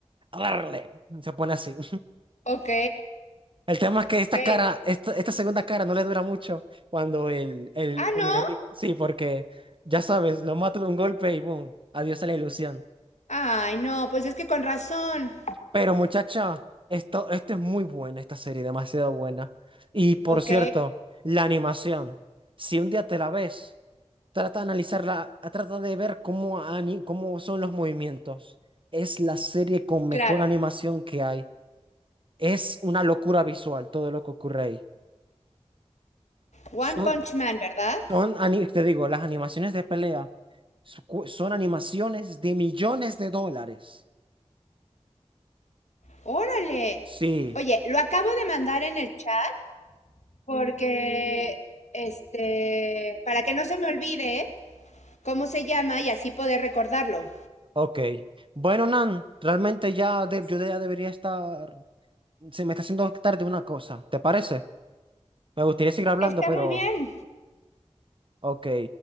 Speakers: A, on the right (about 50°); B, on the left (about 90°).
A: a darle, se pone así.
B: Ok,
A: El tema es que
B: ok.
A: esta cara, esta, esta segunda cara no le dura mucho cuando el, el,
B: Ah,
A: el
B: ¿no?
A: enemigo. Sí, porque ya sabes, lo mato de un golpe y boom, adiós a la ilusión.
B: Ay, no, pues es que con razón.
A: Pero muchacha, esto, esto es muy buena, esta serie, demasiado buena. Y por
B: Ok,
A: cierto, la animación, si un día te la ves, trata de analizarla, trata de ver cómo, ani- cómo son los movimientos. Es la serie con mejor
B: claro.
A: animación que hay. Es una locura visual todo lo que ocurre ahí.
B: One
A: Son
B: Punch Man, ¿verdad?
A: Son, ani- te digo, las animaciones de pelea su- cu- son animaciones de millones de dólares.
B: Órale.
A: Sí,
B: Oye, lo acabo de mandar en el chat porque, este, para que no se me olvide cómo se llama y así poder recordarlo.
A: ok. Bueno, Nan, realmente ya de- yo ya debería estar. Se me está haciendo tarde una cosa, ¿te parece? Me gustaría seguir hablando,
B: Está
A: pero.
B: muy bien.
A: Ok.